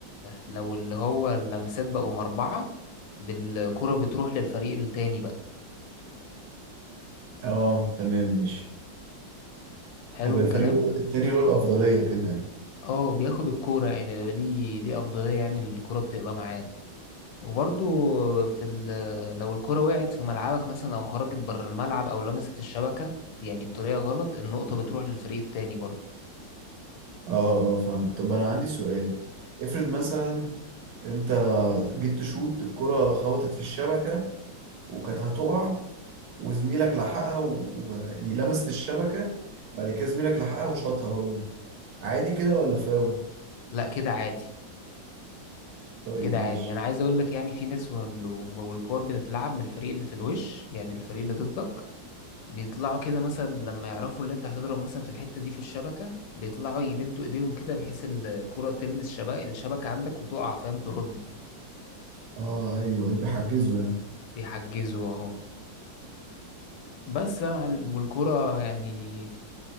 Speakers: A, on the left; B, on the right.
A: لو اللي هو اللمسات بقوا مربعة بالكرة بتروح للفريق التاني بقى
B: اه تمام ماشي
A: حلو
B: هيبقى
A: الكلام
B: الفريق التاني له الأفضلية كده يعني
A: اه بياخد الكورة يعني بيبقى ليه ليه أفضلية يعني الكورة بتبقى معاه وبرضو في ال لو الكرة وقعت في ملعبك مثلا أو خرجت بره الملعب أو لمست الشبكة يعني بطريقة غلط النقطة بتروح للفريق التاني برضو
B: اه اه فاهمك طب أنا عندي سؤال افرض مثلا أنت جيت تشوط الكرة خبطت في الشبكة وكانت هتقع وزميلك لحقها ويعني لمست الشبكة بعد كده زميلك لحقها وشاطها هو عادي كده ولا فاول؟
A: لا كده عادي
B: طيب
A: كده عادي
B: ماشي
A: أنا عايز أقول لك يعني في ناس وال- والكور بتتلعب من الفريق اللي في الوش يعني الفريق اللي ضدك بيطلعوا كده مثلا لما يعرفوا اللي انت هتضرب مثلا في الحتة دي في الشبكة بيطلعوا يمدوا ايديهم كده بحيث الكرة تلمس شبكة الشبكة عندك وتقع فاهم ترد
B: اه ايوه أيوة، بيحجزوا يعني
A: بيحجزوا اهو بس بقى مع الكرة يعني